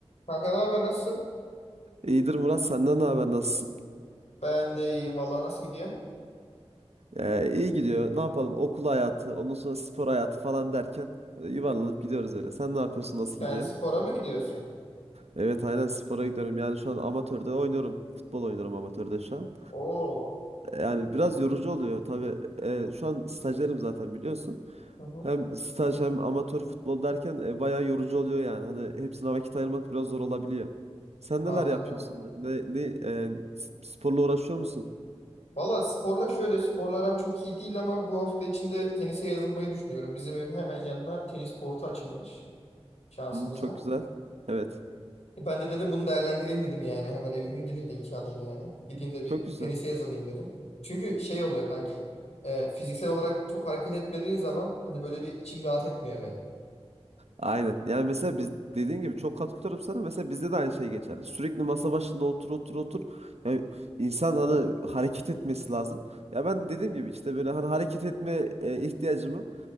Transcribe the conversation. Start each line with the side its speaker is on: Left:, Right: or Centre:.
Left: Kanka ne haber nasılsın?
Right: İyidir Murat senden ne haber nasılsın?
Left: Ben de iyiyim valla nasıl gidiyor?
Right: Ee, iyi gidiyor. Ne yapalım? Okul hayatı, ondan sonra spor hayatı falan derken e, yuvarlanıp gidiyoruz öyle. Sen ne yapıyorsun? Nasıl
Left: Sen
Right: gidiyor?
Left: spora mı gidiyorsun?
Right: Evet aynen spora gidiyorum. Yani şu an amatörde oynuyorum. Futbol oynuyorum amatörde şu an.
Left: Oo.
Right: Yani biraz yorucu oluyor tabii. E, şu an stajyerim zaten biliyorsun.
Left: Hı hı.
Right: Hem staj hem amatör futbol derken e, bayağı yorucu oluyor yani. Hani hepsine vakit ayırmak biraz zor olabiliyor. Sen
Left: Anladım.
Right: neler yapıyorsun? Ne, ne, e, s- sporla uğraşıyor musun?
Left: Valla sporla şöyle sporlarım çok iyi değil ama bu hafta içinde tenise yazılmayı düşünüyorum. Bizim evin hemen yanına tenis kortu açılmış şansımıza.
Right: Hmm, çok güzel. Evet.
Left: E Ben de dedim bunu değerlendireyim dedim yani. Hemen evimin dibinde iki adım yani. Gideyim de bir
Right: Çok güzel.
Left: tenise yazılayım dedim. Çünkü şey oluyor kanki. e, fiziksel olarak çok hareket etmediğin zaman hani böyle bir içim rahat etmiyor benim.
Right: Aynen. Yani mesela biz dediğin gibi çok katılıyorum sana. Mesela bizde de aynı şey geçerli. Sürekli masa başında otur otur otur. Yani insan hani hareket etmesi lazım. Ya ben dediğim gibi işte böyle hani hareket etme e, ihtiyacımı